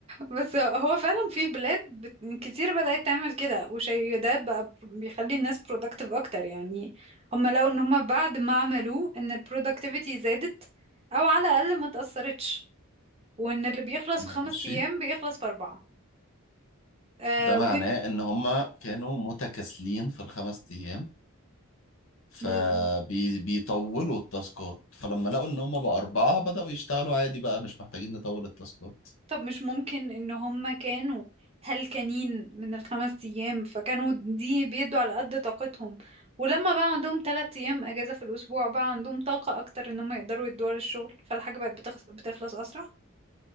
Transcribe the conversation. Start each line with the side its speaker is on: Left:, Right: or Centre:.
Right: بس هو فعلا في بلاد بت... كتير بدات تعمل كده وشيء ده بقى بيخلي الناس productive اكتر يعني هم لقوا ان هم بعد ما عملوه ان البرودكتيفيتي زادت او على الاقل ما تاثرتش وان اللي بيخلص في
Left: ماشي
Right: خمس ايام بيخلص في اربعه أه
Left: ده معناه ان هما كانوا متكاسلين في الخمس ايام فبيطولوا
Right: وإن-
Left: التاسكات فلما لقوا ان هما بقى اربعة بدأوا يشتغلوا عادي بقى مش محتاجين نطول التاسكات
Right: طب مش ممكن ان هم كانوا هلكانين من الخمس ايام فكانوا دي بيدوا على قد طاقتهم ولما بقى عندهم تلات ايام اجازة في الاسبوع بقى عندهم طاقة اكتر ان هم يقدروا يدوها للشغل فالحاجة بقت بتخلص, بتخلص اسرع